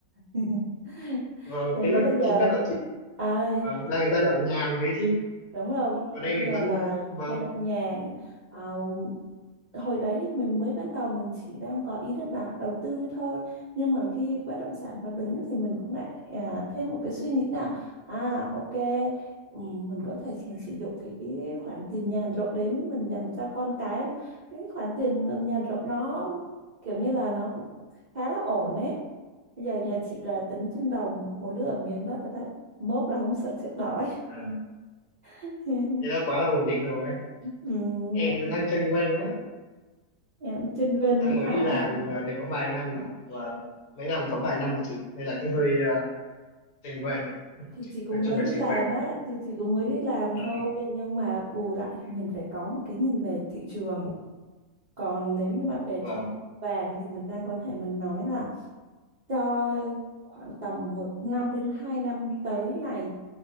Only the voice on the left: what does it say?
và
thế
là
chính ra là chị
và đang cái giai đoạn nhàn đấy chứ
còn
em thì
vẫn
ờ, vâng
à,
thế là quá là ổn định rồi
em
vẫn đang chênh vênh á
đang
mới
đi làm ờ, được có vài năm mà và mới làm có vài năm mà chị nên là cũng hơi uh, chênh vênh
nói chung
là
chênh
vênh
và
và